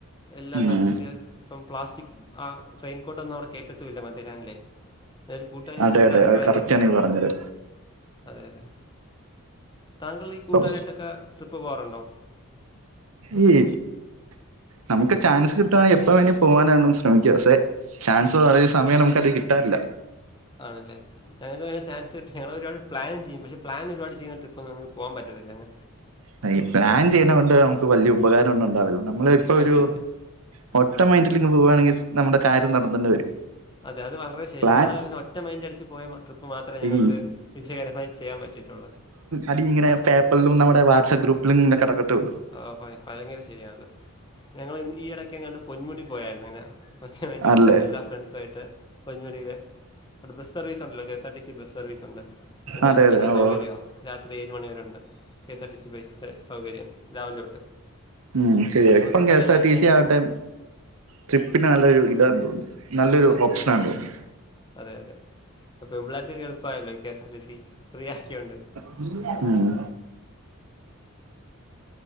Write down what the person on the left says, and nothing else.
എല്ലാം
നശിച്ച് ഇപ്പം പ്ലാസ്റ്റിക് ആ റെയിൻകോട്ടൊന്നും അവിടെ കേറ്റെത്തുമില്ല ആ മദിരാൻല്ലേ. ഞാനൊരു കൂട്ടാരൻ
പോയിട്ട്
അഭിപ്രായം
പറഞ്ഞായിരുന്ന്.
അതെ അതെ. താങ്കൾ ഈ
കൂട്ടാരായിട്ടൊക്കെ ട്രിപ്പ് പോവാറുണ്ടോ?
ആണ് ലേ. ഞങ്ങക്കങ്ങനെ ചാൻസ് കിട്ടി ഞങ്ങളൊരുപാട് പ്ലാൻ ചെയ്യും പക്ഷെ പ്ലാൻ ഒരുപാട് ചെയ്യുന്ന ട്രിപ്പൊന്നും ഞങ്ങക്ക് പോവാൻ പറ്റത്തില്ലങ്ങ്.
അതെ അതെ
അതെ അത് വളരെ ശരി.
ഞങ്ങള് ഇങ്ങനെ ഒറ്റ മൈൻഡടിച്ച് പോയ ട്രിപ്പ് മാത്രേ ഞങ്ങക്ക്
വിജയകരമായി ചെയ്യാൻ പറ്റിയിട്ടുള്ളത്.
ഓഹ് ഹോയ് ഭയങ്കര ശരിയാണത്. ഞങ്ങളി ഈ എടയ്ക്കെങ്ങാണ്ട് പൊന്മുടി പോയായിരുന്നു. ഇന ഒച്ച മൈൻഡടിച്ച്
എല്ലാ ഫ്രണ്ട്സു ആയിട്ട് പൊന്മുടിയിലെ. അവിടെ ബസ് സർവീസ്ണ്ടല്ലോ K S R T C bus സർവീസുണ്ട് പിന്നെ
ഭയങ്കര
സൗകര്യവാ.
രാത്രി ഏഴ് മണിവരെ ഉണ്ട്. K S R T C bus സൗകര്യം രാവിലെ തൊട്ട്.
ഞങ്ങൾ
കൂട്ടുകാരെല്ലാമായിട്ടങ്ങ്
അതെ
അതെ. അതെ അതെ. ഇപ്പം പെമ്പിള്ളാര്ക്കൊക്കെ എളുപ്പായല്ലോ ഈ K S R T C free ആക്ക്യോണ്ട്.